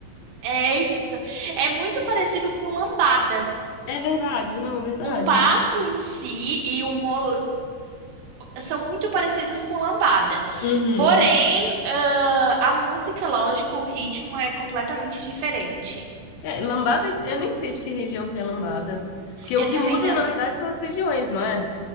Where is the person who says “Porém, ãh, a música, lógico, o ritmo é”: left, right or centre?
Right